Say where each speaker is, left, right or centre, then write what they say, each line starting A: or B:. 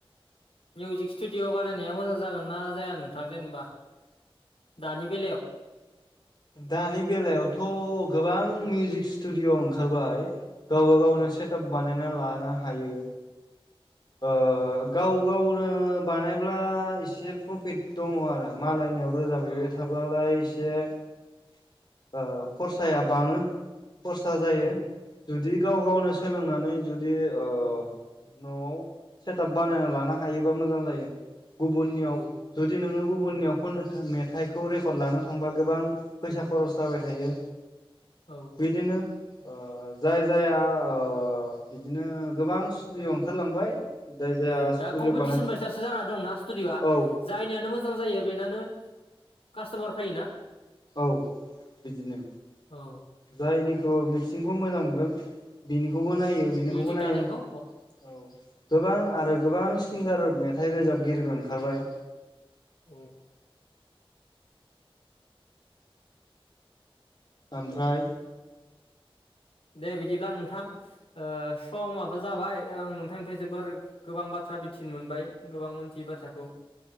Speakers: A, on the left; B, on the left.
A: मिउजिक स्टुडिअ' बानायनाया मोजां जागोन ना जाया नोंथां जेनेबा दानि बेलायाव?
B: दानि बेलायावथ' गोबां मिउजिक स्टुडिअ ओंखारबाय। गावबा गावनो
A: औ
B: सेटाप बानायना लानो हायो। ओ गाव
A: औ
B: गावनो बानायब्ला एसे प्रफिट दङ' आरो मालायनियाव रोजाबहैबाय
A: औ
B: थाब्लालाय एसे ओ खरसाया बाङो। खरसा जायो
A: औ
B: जुदि गाव गावनो सोलोंनानै जुदि ओ न'आव सेटाप बानायना लानो हायोबा मोजां जायो गुबुननियाव
A: औ
B: जुदि नोङो गुबु गुबुननियाव खननो मेथाइखौ रेकर्ड लानो थांबा गोबां फैसा खरस जाबाय थायो।
A: औ
B: बिदिनो ओ जाय जाया ओ बिदिनो गोबां स्टुडिअ ओंखारलांबाय। जाय जाया
A: ओं दा
B: स्टुडिअ
A: कम्पिटिसन
B: बानाय
A: बायसासो जाना दंना स्टुडिअ'आ
B: औ
A: जायनियानो मोजां जायो बेनानो कास्ट'मार फायोना?
B: औ बिदिनो
A: औ
B: जायनि मिसिंखौ मोजां मोनगोन बेनि खौबो नायो बिनिखौबो
A: मिउजिक
B: नायो
A: दानायखौ
B: औ गोबां आरो गोबां सिंगार मेथाइ रोजाबगिरिबो ओंखारबाय।
A: उम
B: ओमफ्राय
A: दे बिदिब्ला नोंथां ओ समाबो जाबाय आं नोंथांनिफ्राय जोबोर गोबां बा थ्रा मिथिनो मोनबाय गोबां मोनथियै बाथ्राखौ।